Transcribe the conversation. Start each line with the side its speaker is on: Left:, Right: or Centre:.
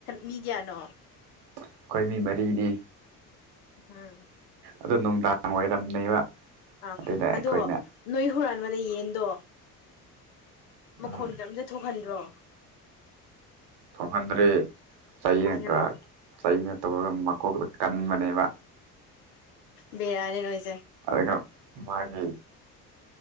Left: ꯃꯤ ꯀꯌꯥꯅꯣ
Right: ꯑꯩꯈꯣꯏꯃꯤ ꯃꯔꯤꯅꯤ
Left: ꯎꯝ
Right: ꯑꯗꯣ ꯅꯨꯡꯗꯥꯡ ꯑꯣꯏꯔꯝꯅꯦꯕ
Left: ꯑꯥ
Right: ꯑꯗꯨꯗ ꯑꯩꯈꯣꯏꯅ
Left: ꯑꯗꯣ ꯅꯣꯏ ꯍꯨꯔꯥꯟꯕꯗ ꯌꯦꯟꯗꯣ
Right: ꯎꯝ
Left: ꯃꯈꯣꯟ ꯀꯔꯝꯇ ꯊꯣꯛꯍꯟꯗ꯭ꯔꯣ
Right: ꯊꯣꯛꯍꯟꯗ꯭ꯔꯦ ꯆꯩ
Left: ꯀꯃꯥꯏꯅꯔꯣ
Right: ꯀꯔ ꯆꯩꯅ ꯇꯧꯔꯒ ꯃꯀꯣꯛꯇ ꯀꯟꯕꯅꯦꯕ
Left: ꯕꯤꯔꯔꯦ ꯅꯣꯏꯁꯦ
Right: ꯑꯗꯨꯒ ꯃꯥꯒꯤ